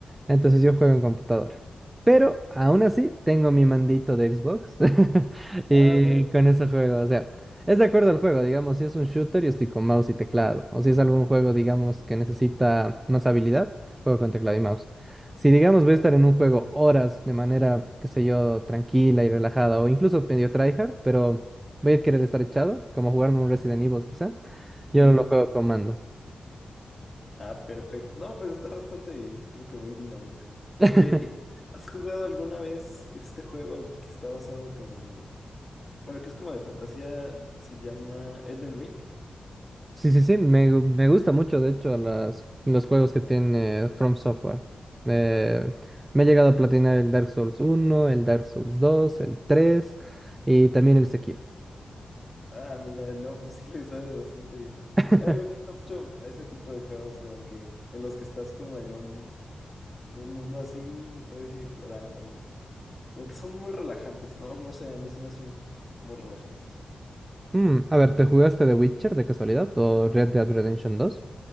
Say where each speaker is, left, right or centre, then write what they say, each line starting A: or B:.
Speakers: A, on the right; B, on the left.
A: Entonces yo juego en computadora. Pero aún así
B: Sí.
A: tengo mi mandito de Xbox <laughs> y
B: Ah, muy
A: con eso juego. O sea, es de acuerdo al juego, digamos, si es un shooter, yo estoy con mouse y teclado. O si es algún juego, digamos, que necesita más habilidad, juego con teclado y mouse. Si, digamos, voy a estar en un juego horas de manera, qué sé yo, tranquila y relajada o incluso medio tryhard, pero Voy a querer estar echado, como jugarme un Resident Evil quizá. Yo
B: bien.
A: no
B: Sí,
A: lo
B: sí,
A: juego
B: sí.
A: con mando.
B: Ah, perfecto. No, pues está bastante bien. Creo que muy dinámico.
A: <laughs>
B: Oye, ¿y ¿has jugado alguna vez este juego en- que está basado que en... Bueno, que es como de fantasía, se llama Elden Ring?
A: Sí, sí, sí, me, gu- me gusta mucho, de hecho, las, los juegos que tiene From Software. Eh, me he llegado a platinar el Dark Souls uno el Dark Souls dos el 3 y también el Sekiro.
B: Ah, mira, no, pues sí le sabes bastante bien.
A: <laughs>
B: A mí me gusta mucho ese tipo de juegos como que en los que estás como en un, en un mundo así y puedes ir explorando y como que son muy relajantes, ¿no? No sé, a mí se me hacen muy relajantes.
A: Mm, a ver, ¿te jugaste The Witcher de casualidad o Red Dead Redemption dos